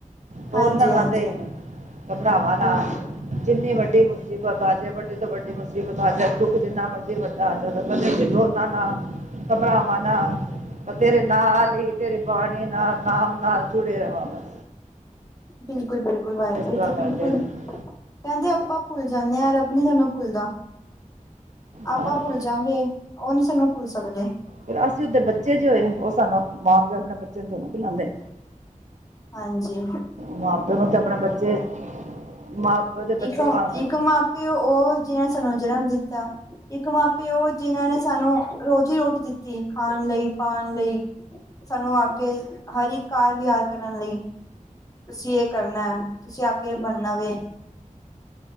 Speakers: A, on the right; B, on the left.
A: ਡੋਲਣ
B: ਹਾਂਜੀ ਹਾਂਜੀ
A: ਨਾ ਦਈ, ਘਬਰਾਵਾਂ ਨਾ।
B: ਬਿਲਕੁਲ
A: ਜਿੰਨੀ ਵੱਡੀ ਮੁਸੀਬਤ ਆ ਜੇ, ਵੱਡੀ ਤੋਂ ਵੱਡੀ ਮੁਸੀਬਤ ਮੁਸੀਬਤ ਆ ਜਾਵੇ, ਦੁੱਖ ਜਿੰਨਾ ਮਰਜ਼ੀ ਵੱਡਾ ਆ ਜਾਵੇ ਬਾਬਾ ਕੱਦੇ ਡੋਲਾ ਨਾ ਘਬਰਾਵਾਂ ਨਾ। ਤੇਰੇ ਨਾਲ ਹੀ, ਤੇਰੇ ਬਾਣੀ ਨਾਲ, ਨਾਮ ਨਾਲ ਜੁੜੇ ਰਵਾਂ ਬਸ।
B: ਬਿਲਕੁਲ, ਬਿਲਕੁਲ, ਵਾ ਇਹ
A: ਇਸ ਤਰ੍ਹਾਂ
B: ਤਾਂ
A: ਕਰਦੇ
B: ਬਿਲਕੁਲ,
A: ਨੇ
B: ਕਹਿੰਦੇ ਆਪਾਂ ਭੁੱਲ ਜਾਂਦੇ ਆ, ਰੱਬ ਰਬ ਨੀ ਸਾਨੂੰ ਭੁੱਲਦਾ, ਆਪਾਂ
A: ਨਾ ਜੀ।
B: ਭੁੱਲ ਜਾਵਾਗੇ, ਉਹ ਨੀ ਸਾਨੂੰ ਭੁੱਲ ਸਕਦੇ।
A: ਫੇਰ ਅਸੀਂ ਉਹਦੇ ਬੱਚੇ ਜੋ ਹੋਏ, ਉਹ ਸਾਨੂੰ ਮਾਂ ਪਿਓ ਆਪਣੇ ਬੱਚਿਆਂ ਨੂੰ ਤੋਂ ਨਾ ਭੁੱਲਾਉਂਦੇ।
B: ਹਾਂਜੀ
A: ਮਾਂ ਪਿਓ ਨੂੰ ਤੇ ਆਪਣਾ ਬੱਚੇ, ਮਾਂ ਪਿਓ ਦੇ ਬੱਚੇ
B: ਇੱਕ
A: ਭਾਵੇਂ
B: ਇੱਕ ਮਾਂ- ਪਿਓ ਉਹ, ਜਿੰਨੇ ਸਾਨੂੰ ਜਨਮ ਦਿੱਤਾ। ਇੱਕ ਮਾ ਪਿਉ ਉਹ ਜਿੰਨਾਂ ਨੇ ਸਾਨੂੰ ਰੋਜ਼ੀ- ਰੋਟੀ ਦਿੱਤੀ ਖਾਣ ਲਈ, ਪਾਉਣ ਲਈ ਸਾਨੂੰ ਆ ਕੇ ਹਰ ਇੱਕ ਕਾਰ ਵਿਹਾਰ ਕਰਨ ਲਈ ਤੁਸੀਂ ਇਹ ਕਰਨਾ ਹੈ, ਤੁਸੀਂ ਅੱਗੇ ਬਣਨਾ ਵ